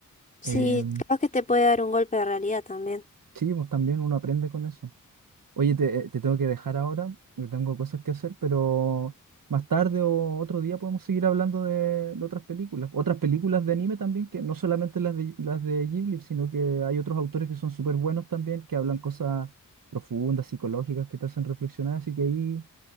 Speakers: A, on the left (about 25°); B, on the right (about 80°).
A: Sí,
B: Eh,
A: capaz que te puede dar un golpe de realidad también.
B: sí, pues también uno aprende con eso. Oye, te, te tengo que dejar ahora, que tengo cosas que hacer, pero más tarde o otro día podemos seguir hablando de, de otras películas. Otras películas de anime también, que no solamente las de, las de Ghibli, sino que hay otros autores que son súper buenos también, que hablan cosas profundas, psicológicas, que te hacen reflexionar, así que ahí...